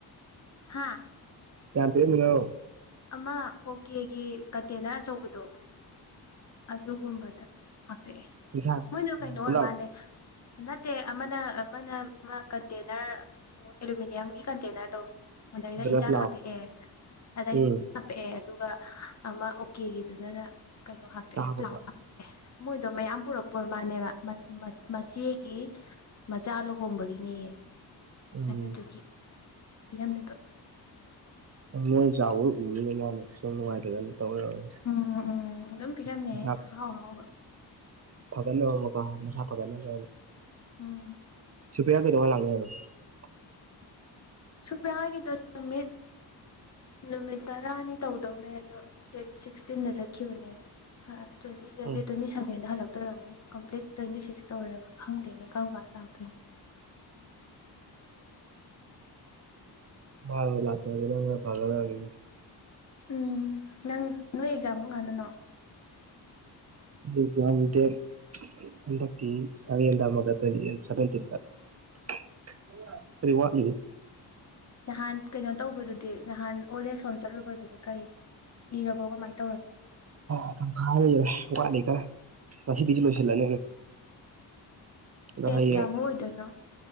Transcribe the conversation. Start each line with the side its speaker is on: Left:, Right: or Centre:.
Left: ꯍꯥꯥ
Right: ꯀꯌꯥꯝ ꯄꯤꯔꯝꯃꯤꯅꯣ
Left: ꯑꯃ ꯑꯣꯀꯦꯒꯤ ꯀꯟꯇꯦꯅꯔ ꯑꯆꯧꯕꯗꯣ ꯑꯗꯨꯒꯨꯝꯕꯗ ꯍꯥꯄꯦꯑꯦ
Right: ꯏꯟꯁꯥꯡ
Left: ꯃꯣꯏꯗꯣ ꯀꯩꯅꯣ ꯑꯣꯏꯔ
Right: ꯄꯨꯂꯞ
Left: ꯃꯥꯜꯂꯦ ꯅꯠꯇꯦ ꯑꯃꯅ ꯑꯃꯅ ꯃꯥ ꯀꯟꯇꯦꯅꯔ ꯑꯦꯂꯨꯃꯤꯅꯤꯌꯝꯒꯤ ꯀꯟꯇꯦꯅꯔꯗꯣ ꯑꯗꯩꯗ
Right: ꯑꯗꯨꯅ
Left: ꯏꯟꯁꯥꯡ
Right: ꯄꯨꯂꯥꯎ
Left: ꯍꯥꯄꯛꯑꯦ ꯑꯗꯩ
Right: ꯎꯝ
Left: ꯍꯥꯞꯄꯛꯑꯦ ꯑꯗꯨꯒ ꯑꯃ ꯑꯣꯀꯦꯒꯤꯗꯨꯅꯅ ꯀꯩꯅꯣ ꯍꯥꯞꯄꯦ
Right: ꯆꯥꯕꯄ
Left: ꯄ꯭ꯂꯥꯎ ꯍꯥꯞꯄꯦ ꯃꯣꯏꯗꯣ ꯃꯌꯥꯝ ꯄꯨꯔꯛꯄ ꯃꯥꯅꯦꯕ ꯃꯆꯦꯒꯤ ꯃꯆꯥ ꯂꯨꯍꯣꯡꯕꯒꯤꯅꯦ
Right: ꯎꯝ
Left: ꯑꯗꯨꯗꯨꯒꯤ ꯄꯤꯔꯝꯃꯤꯕ
Right: ꯃꯣꯏ ꯆꯥꯎꯋꯣꯏ ꯎꯔꯤꯗ ꯃꯥꯅꯦ ꯁꯨꯝ ꯅꯨꯡꯉꯥꯏꯇꯗꯅꯤ ꯇꯧꯔꯔ
Left: ꯎꯝ ꯎꯝ ꯑꯗꯨꯝ ꯄꯤꯔꯝꯃꯦ
Right: ꯄꯩꯁꯥ
Left: ꯑꯍꯥꯎ ꯑꯍꯥꯎꯕ
Right: ꯐꯒꯠꯅꯕ ꯑꯃꯀꯣ ꯃꯁꯥ ꯐꯒꯠꯅꯕ ꯀꯅ
Left: ꯎꯝ
Right: ꯁꯨꯄꯌꯥ ꯀꯩꯅꯉ <unintelligible>
Left: ꯁꯨꯄ꯭ꯔꯥ ꯍꯥꯏꯒꯤꯗꯣ ꯅꯨꯃꯤꯠ ꯅꯨꯃꯤꯠ ꯇꯔꯥꯅꯤ ꯇꯧꯗꯧꯅꯦ ꯑꯗꯣ ꯗꯦꯠ ꯁꯤꯛꯁꯇꯤꯟꯗ ꯆꯠꯈꯤꯕꯅꯦ ꯇ꯭ꯋꯦꯟꯇꯤ
Right: ꯎꯝ
Left: ꯗꯦꯠ ꯇ꯭ꯋꯦꯟꯇꯤ ꯁꯕꯦꯟꯗ ꯍꯜꯂꯛꯇꯣꯏꯔꯝꯅꯤ ꯀꯝꯄꯂꯤꯠ ꯇ꯭ꯋꯦꯟꯇꯤ ꯁꯤꯛꯁꯇ ꯑꯣꯏꯔꯒ ꯈꯪꯗꯦꯅꯦ ꯀꯔꯝ ꯀꯥꯟꯗ ꯂꯥꯛꯇꯣꯏꯅꯣ
Right: ꯃꯥ ꯂꯥꯛꯆ ꯐꯂꯒ
Left: ꯎꯝ ꯅꯪ ꯅꯣꯏ ꯑꯦꯛꯖꯥꯝ ꯀꯝꯀꯥꯟꯗꯅꯣ
Right: ꯑꯗꯨ ꯌꯥꯝꯗꯦ ꯍꯟꯗꯛꯀꯤ ꯁꯟ ꯃꯒꯋꯦꯟ ꯁꯕꯦꯟꯇ ꯇ <unintelligible> ꯐ ꯋꯥꯂꯤ
Left: ꯅꯍꯥꯟ ꯀꯩꯅꯣ ꯇꯧꯕꯗꯨꯗꯤ ꯅꯍꯥꯟ ꯑꯣꯜ ꯑꯦꯖ ꯍꯣꯝ ꯆꯠꯂꯨꯕꯗꯨꯗꯤ ꯀꯩ ꯏꯔꯕꯣ ꯀꯃꯥꯏꯅ ꯇꯧ
Right: ꯥꯇꯪꯈ‌ꯏ ꯍ‌ꯦꯜꯂ‌ꯦ ꯋꯥꯠꯂꯤꯗ ꯈꯔ ꯉꯁꯤꯗꯤ ꯂꯣꯏꯁꯤꯜꯂꯒ‌ꯦ ꯑꯗꯨ
Left: ꯄꯦꯖ
Right: ꯍꯩꯏꯌꯦꯡ
Left: ꯀꯌꯥꯃꯨꯛ ꯑꯣꯏꯗꯣꯏꯅꯣ